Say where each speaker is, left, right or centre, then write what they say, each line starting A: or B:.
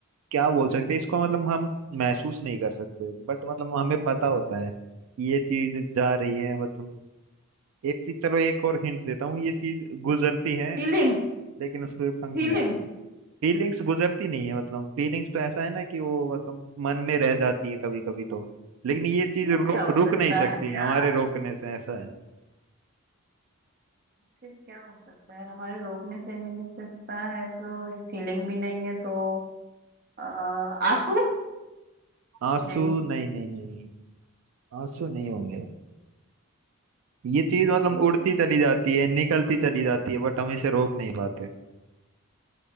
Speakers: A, on the right; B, on the right.
A: क्या बोल सकते हैं इसको मतलब हम महसूस नहीं कर सकते बट मतलब हमें पता होता है कि ये चीज जा रही है मतलब एक चीज चलो एक और हिंट देता हूँ ये चीज गुजरती है
B: फीलिंग
A: लेकिन उस पर पंख
B: फीलिंग
A: नहीं फीलिंग्स गुजरती नहीं है मतलब फीलिंग्स तो ऐसा है ना कि वो मतलब मन में रह जाती है कभी कभी तो लेकिन ये चीज
B: फिर
A: रु,
B: क्या हो
A: रुक
B: सकता
A: नहीं सकती
B: है यार
A: हमारे रोकने से ऐसा है
B: फिर क्या हो सकता है हमारे रोकने से नहीं मिल सकता है तो ये फीलिंग भी नहीं है तो अ, आंसू
A: आंसू
B: नहीं
A: नहीं नहीं नहीं आंसू नहीं होंगे ये चीज मतलब
B: तो फिर,
A: उड़ती चली जाती है निकलती चली जाती है बट हम इसे रोक नहीं पाते